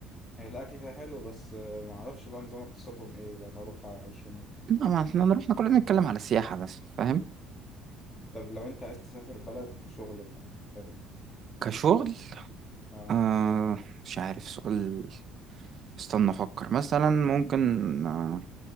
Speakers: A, on the left; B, on the right.
A: يعني الأكل فيها حلو بس آه، معرفش بقى نظام اقتصادهم إيه لو هروح أعيش هناك
B: ما ما احنا نروح احنا كلنا نتكلم على السياحه بس فاهم
A: طب لو أنت عايز تسافر بلد كشغل بقى تختار إيه؟
B: كشغل
A: آه
B: آه مش عارف سؤال استنى افكر مثلا ممكن آه